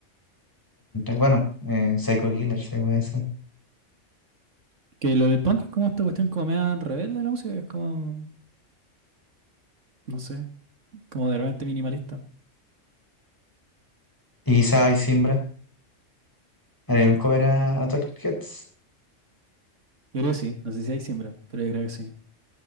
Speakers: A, on the left; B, on the right.
A: Bueno, eh, Psycho Killer, se puede decir.
B: Que lo del punk es como esta cuestión como media rebelde de la música, es como, no sé, como de repente minimalista.
A: Y quizá hay Simbra. Haré un cover a, a Talking Heads.
B: Yo creo que sí, no sé si hay siembra, pero yo creo que sí.